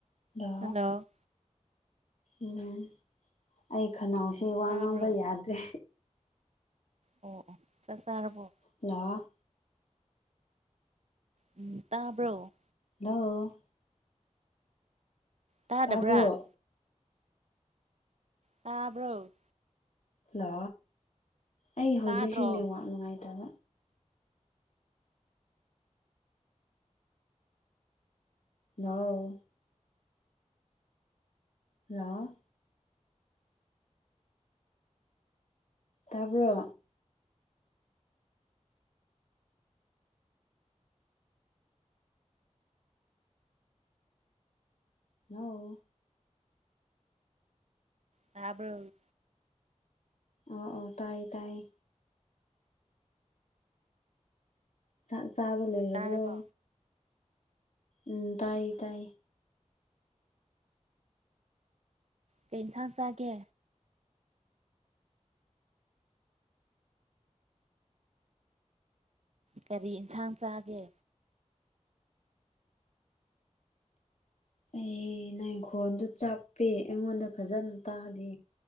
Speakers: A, on the left; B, on the right.
A: <inaudible>
B: hello
A: ꯎꯝ ꯑꯩ ꯈꯅꯥꯎꯁꯦ ꯋꯥ
B: ꯇꯥꯕ꯭ꯔꯣ
A: ꯉꯥꯡꯕ ꯌꯥꯗ꯭ꯔꯦ
B: ꯑꯣ ꯑꯣ ꯆꯥꯛ ꯆꯥꯔꯕꯣ
A: ꯍꯜꯂꯣ
B: ꯎꯝ ꯇꯥꯕ꯭ꯔꯣ
A: ꯍꯜꯂꯣ
B: ꯇꯥꯗꯕ꯭ꯔꯥ
A: ꯇꯥꯕ꯭ꯔꯣ
B: ꯇꯥꯕ꯭ꯔꯣ
A: ꯍꯜꯂꯣ ꯑꯩ ꯍꯧꯖꯤꯛꯁꯤ
B: ꯇꯥꯗ꯭ꯔꯣ
A: ꯅꯦꯠꯋꯥꯛ ꯅꯨꯡꯉꯥꯏꯇꯕ ꯍꯜꯂꯣ ꯍꯜꯂꯣ ꯇꯥꯕ꯭ꯔꯣ ꯍꯜꯂꯣ
B: ꯇꯥꯕ꯭ꯔꯣ
A: ꯑꯣ ꯑꯣ ꯇꯥꯏꯌꯦ ꯇꯥꯏꯌꯦ ꯆꯥꯛ ꯆꯥꯕ ꯂꯣꯏꯔꯕ꯭ꯔꯣ
B: ꯑꯣ ꯇꯥꯔꯕꯣ
A: ꯎꯝ ꯇꯥꯏꯌꯦ ꯇꯥꯏꯌꯦ
B: ꯀꯩ ꯏꯟꯁꯥꯡ ꯆꯥꯒꯦ ꯀꯔꯤ ꯏꯟꯁꯥꯡ ꯆꯥꯒꯦ
A: ꯑꯩ ꯅꯪꯪꯒꯤꯈꯣꯟꯗꯣ ꯆꯞꯄꯦ ꯑꯩꯉꯣꯟꯗ ꯐꯥꯖꯅ ꯇꯥꯗꯦ